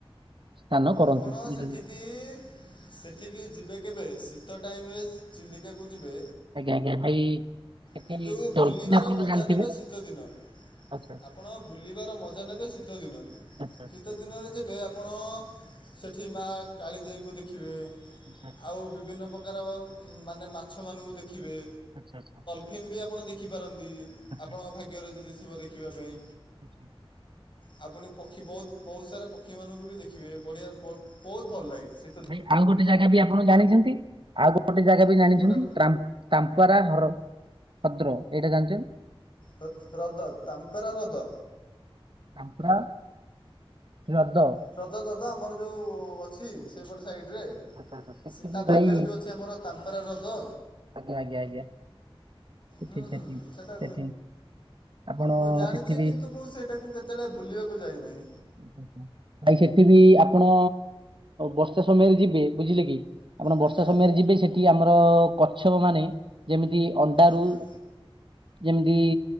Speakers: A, on the right; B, on the left.
A: ସ୍ଥାନ କରନ୍ତି
B: ଆପଣ
A: ବୁଝିଲେ
B: ସେଠିକି। ସେଠିକି ଯିବେ କେବେ ଶୀତ ଟାଇମ ସ୍ ରେ ଚିଲିକାକୁ ଯିବେ।
A: ଆଜ୍ଞା ଆଜ୍ଞା ଭାଇ। ସେଠି
B: କିନ୍ତୁ
A: ଡଲଫିନ
B: ବୁଲିବାର
A: ଆପଣ ତ
B: ମଜା
A: ଜାଣିଥିବେ
B: ନେବେ ଶୀତ ଦିନରେ।
A: ଆଚ୍ଛା ଆଚ୍ଛା
B: ଆପଣ ବୁଲିବାର ମଜା ନେବେ ଶୀତ ଦିନରେ
A: ଆଚ୍ଛା ଆଚ୍ଛା
B: ଶୀତ
A: ଭାଇ
B: ଦିନରେ। ଯିବେ ଆପଣ ସେଠି ମା କାଳିଜାଇଙ୍କୁ ଦେଖିବେ
A: ଆଚ୍ଛା
B: ଆଉ ବିଭିନ୍ନ ପ୍ର ପ୍ରକାର ମାନେ ମାଛ ମାନଙ୍କୁ ଦେଖିବେ।
A: ଆଚ୍ଛା ଆଚ୍ଛା ଆଚ୍ଛା।
B: ଫିନ୍ ବି ଆପଣ ଦେଖିପାରନ୍ତି ଆପଣଙ୍କ
A: ଆଚ୍ଛା ଆଚ୍ଛା
B: ଭାଗ୍ୟରେ ଯଦି ଥିବ ଦେଖିବା ପାଇଁ।
A: ଆଚ୍ଛା
B: ଆଉ ପୁଣି ପକ୍ଷୀ ବହୁତ ବହୁତ ସାରା ପକ୍ଷୀମାନଙ୍କୁ ବି ଦେଖିବେ ବଢିଆ ବ ବହୁତ ଭଲ ଲାଗେ ସେ
A: ଭାଇ ଆଉ ଗୋଟେ ଜାଗା ବି ଆପଣ ଜାଣିଛନ୍ତି ଆଉ ଗୋଟେ ଜାଗା ବି
B: କେଉଁଟା
A: ଜାଣିଛନ୍ତି ଟ୍ରାମ ତାମ୍ପରା ହର ହଦ୍ର ଏଇଟା ଜାଣିଛନ୍ତି।
B: ହ୍ ହ୍ରଦ ତାମ୍ପେରା ହ୍ରଦ।
A: ତାମ୍ପରା ହ୍ରଦ।
B: ହ୍ରଦ ଟା ତ ଆମର ଯୋଉ ଅଛି ସେଇପଟ ସାଇଡ଼୍ ରେ।
A: ଆଚ୍ଛା ଆଚ୍ଛା ସେଠି
B: ସୀତା
A: ବି ଭାଇ
B: ପାଖରେ ଯୋଉ ଅଛି ଆମର ତାମ୍ପେରା ହ୍ରଦ।
A: ଆଜ୍ଞା ଆଜ୍ଞା ଆଜ୍ଞା। ସେଠି
B: ହୁଁ
A: ସେଠି
B: ହୁଁ ସେଟା।
A: ସେଠି ଆପଣ
B: ମୁଁ ଜାଣିଚି
A: ସେଠି ବି
B: କିନ୍ତୁ ମୁଁ ସେଇଟାକୁ କେତେଳେ ବୁଲିବାକୁ ଯାଇନାହିଁ।
A: ଓ ହୋ ଭାଇ ସେଠି ବିି ଆପଣ ବର୍ଷା ସମୟରେ ଯିବେ ବୁଝିଲେ କି। ଆପଣ ବର୍ଷା
B: ଆଜ୍ଞା
A: ସମୟରେ ଯିବେ ସେଠି ଆମର କଛ୍ୟପ ମାନେ ଯେମିତି ଅଣ୍ଡାରୁ।
B: ଆଜ୍ଞା
A: ଯେମିତି